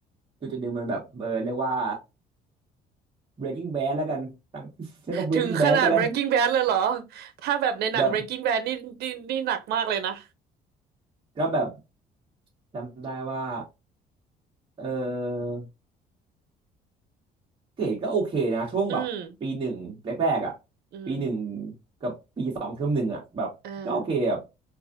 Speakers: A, on the right (about 30°); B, on the right (about 70°).
A: จุดจุดหนึ่งมันแบบเออเรียกว่า breaking bad แล้วกันตั้ง <laughs> ใช้คำ breaking
B: ถึงขนาด
A: bad ก็ได้
B: Breaking Bad เลยเหรอ ถ้าแบบในหนัง
A: แบบ
B: Breaking Bad นี่นี่นี่หนักมากเลยนะ
A: ก็แบบจำได้ว่าเออเกรดก็โอเคนะช่วงแบบปีหนึ่งแรกๆอ่ะ
B: อืม อืม
A: ปีหนึ่งกับปีสองเทอมหนึ่งอ่ะแบบก็โอเคแบบ
B: เออ